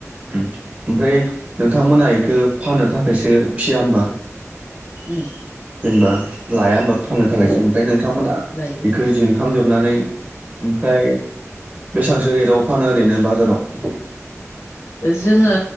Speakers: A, on the right (about 25°); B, on the left (about 60°).
A: उम ओमफ्राय नोंथांमोना इखो फाननो थाखायसो फिसिया होमबा?
B: ओम
A: जेनबा लाया ओमबा फाननो थाखायसो
B: जायो
A: ओमफ्राय नोंथांमोना
B: लायो
A: बेखो जिर खांजोबनानै ओमफ्राय बेसांसो रेटआव फानो ओरैनो बाजाराव
B: जोङो